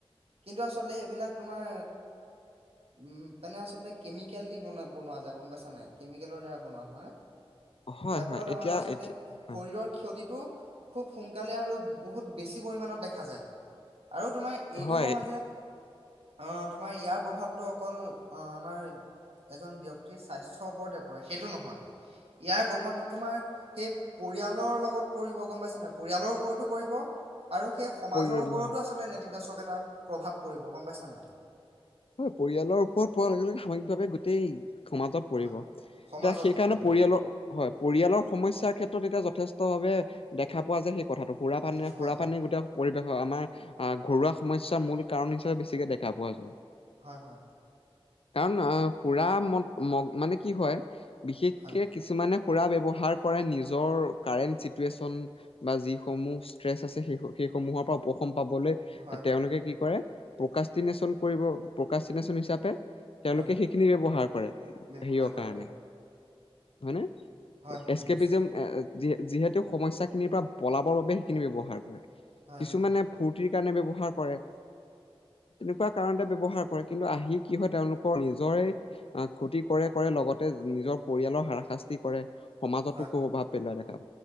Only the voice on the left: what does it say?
হয়
হয়
এতিয়া
এতিয়া হয়
হয়
পৰিয়াল
হয়
হয় পৰিয়ালৰ ওপৰত পৰাৰ লগে লগে সাময়িকভাৱে গোটেই সমাজত পৰিব
এতিয়া
সেইকাৰণে
পৰিয়ালৰ হয় পৰিয়ালৰ সমস্যাৰ ক্ষেত্ৰত এতিয়া যথেষ্ট ভাৱে দেখা পোৱা যায় সেই কথাটো সুৰা পানী
সুৰা
পানী <unintelligible> হয় আমাৰ ঘৰুৱা সমস্যাৰ মূল কাৰণ হিচাপে বেছিকে দেখা পোৱা যায়
কাৰণ আহ সুৰা ম ম -মানে কি হয় বিশেষকে
কিছুমানে সুৰা ব্যৱহাৰ কৰে নিজৰ কাৰেণ্ট চিটুৱেচন বা যিসমূহ ষ্ট্ৰেচ আছে সেই সেইসমূহৰ পৰা উপশম পাবলৈ
তেওঁলোকে কি কৰে প্ৰকাষ্টিনেচন কৰিব প্ৰকাষ্টিনেচন হিচাপে তেওঁলোকে
সেইখিনি ব্যৱহাৰ কৰে
হেৰিয়
কাৰণে
হয়নে
এছকেপিজম
যি যিহেতু সমস্যা খিনিৰ পৰা পলাবৰ বাবে সেইখিনি ব্যৱহাৰ কৰে
কিছুমানে
ফূৰ্তিৰ কাৰণে ব্যৱহাৰ কৰে তেনেকুৱা কাৰণতে ব্যৱহাৰ কৰে কিন্তু আহি কি হয় তেওঁলোকৰ নিজৰে ক্ষতি কৰে কৰে লগতে নিজৰ পৰিয়ালৰ হাৰাশাস্তি কৰে। সমাজতো
কু
প্ৰভাৱ পেলোৱা দে।